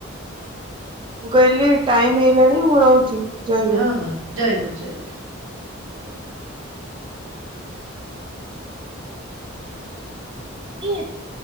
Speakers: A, on the right; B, on the right.
A: ମୁଁ କହିଲି ଟାଇମ ହେଲାଣି ମୁଁ ରହୁଛି? ଜୟଗୁରୁ।
B: ହଁ ହଉ ଜୟ ଗୁରୁ ଜୟ ଗୁରୁ।
A: ଆ <inaudible> କିଏ ତୁ?